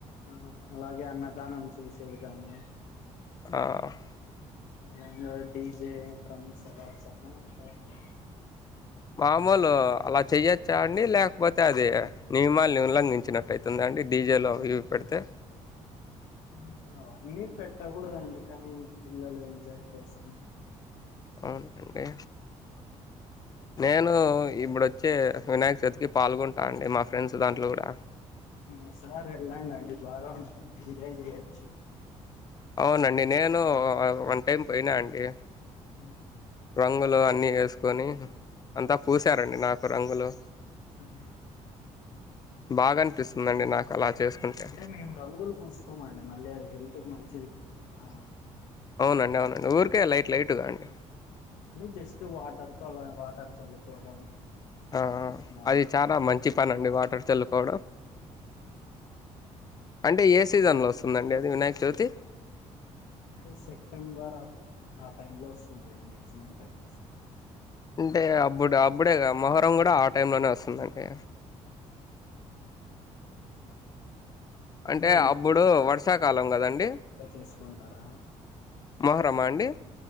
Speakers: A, on the left; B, on the left.
A: హా అలాగే అన్నదానం చేసే విధానము
B: ఆహ్
A: మళ్ళా ఇంగో డీజే డ్రమ్స్ అలా చానా ఉంటాయండి.
B: మామూలు అలా చేయొచ్చా అండి. లేకపోతే అది నియమాల్ని ఉల్లంగిచ్చినాటైతుందా అంటే డీజెలు అవి జూపెడితే.
A: ఇహివో అవన్నీ పెట్టకూడదండి. కానీ పిల్లలు ఎంజాయ్ కోసం
B: అవునండే నేను ఇప్పుడు వచ్చే వినాయక చవితికి పాల్గొంటా అండి మా ఫ్రెండ్స్ దాంట్లో కూడా
A: ఓసారి వెళ్ళడండి బాగా ఉంటుంది ఎంజాయ్ చేయొచ్చు.
B: అవునండి నేను వన్ టైం పోయినా అండి.
A: హ్మ్
B: రంగులు అన్ని వేసుకొని అంతా పూసారండి నాకు రంగులు.
A: హ్మ్
B: బాగా అనిపిస్తుందండి నాకు అలా చేసుకుంటే.
A: అంటే మేము రంగులు పూసుకోమండి మళ్ళీ అది హెల్త్ కి మంచిది దు. ఆ
B: అవునండి అవును ఊరికే లైట్ లైట్గా అండి.
A: న జస్ట్ వాటర్ తో అలా వాటర్ చల్లుకోవడం.
B: ఆ
A: ఇలాంటివి
B: అది చాలా మంచి పని అండి వాటర్ చల్లుకోవడం.
A: ఆ
B: అంటే ఏ సీజన్లో వస్తుందండి అది వినాయక చవితి.
A: అ సెప్టెంబర్ ఆ టైమ్ లో వస్తుందండి మ్యాక్సిమం టైమ్స్.
B: అంటే అప్పుడు అప్పుడేగా మొహరం కూడా ఆ టైం లోనే వస్తుందండి
A: ఆ
B: అంటే
A: మీరు
B: అప్పుడు వర్షాకాలం కదండి.
A: చేసుకుంటారా
B: మొహరమా అండి.